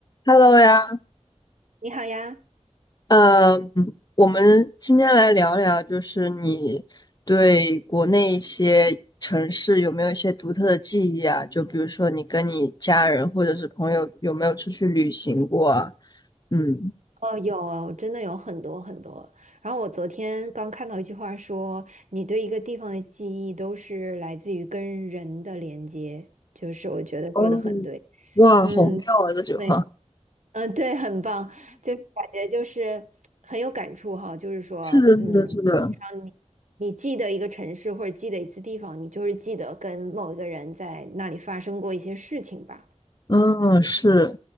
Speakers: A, on the left (about 35°); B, on the right (about 80°).
A: Hello 呀，
B: 你好呀，
A: 嗯，我们今天来聊聊，就是你对国内一些城市有没有一些独特的记忆啊？就比如说你跟你家人或者是朋友有没有出去旅行过啊？嗯，
B: 哦，有，真的有很多很多。然后我昨天刚看到一句话说，你对一个地方的记忆都是来自于跟人的连接，就是我觉得说的很对。
A: 哦，哇，
B: 嗯，
A: 好妙啊！这句话
B: 对，嗯，对，很棒，就是感觉就是很有感触哈，就是说，
A: 是的，
B: 嗯，
A: 是的，是的，
B: 让你你记得一个城市或者记得一次地方，你就是记得跟某一个人在那里发生过一些事情吧，
A: 嗯，是，